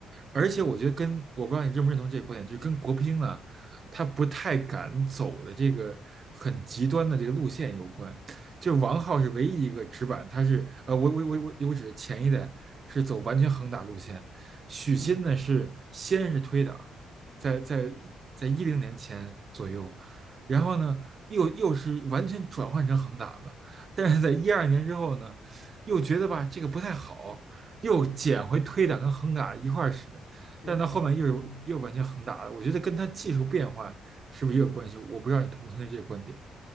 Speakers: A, on the right; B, on the left.
A: 而且我觉得跟我不知道你认不认同这个观点，就是跟国乒啊，他不太敢走的这个很极端的这个路线有关。就王浩是唯一一个直板，他是呃，我我我我我指前一代是走完全横打路线，许昕呢是先是推挡，
B: 嗯，
A: 在在在一零年前左右，然后呢又又是完全转换成横打的，但是在一二年之后呢，又觉得吧这个不太好，又捡回推打跟横打一块儿使，
B: 是结合了，
A: 但到后面又是又完全横打了，
B: 嗯。
A: 我觉得跟他技术变换是不是也有关系？我不知道你同不同意这个观点。